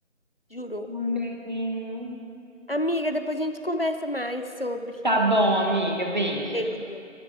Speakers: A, on the left; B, on the right.
A: Juro.
B: Amém.
A: Amiga, depois a gente conversa mais sobre.
B: Tá bom, amiga. Beijo.
A: Beijo.